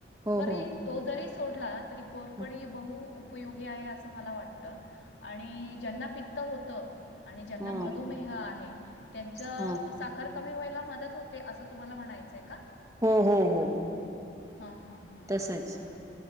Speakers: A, on the right; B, on the left.
A: हो
B: री
A: हो
B: तो जरी सोडला तरी कोरपडी
A: ह
B: बहु. उपयोगी आहे असं मला वाटतं आणि ज्यांना पित्त होतं. आणि ज्यांना
A: हम्म
B: मधुमेह आहे त्यांच
A: हम्म
B: साखर. कमी व्हायला मदत होते असं तुम्हाला म्हणायचंय का.
A: हो हो हो.
B: हां हां हां
A: तसच
B: बरं बरं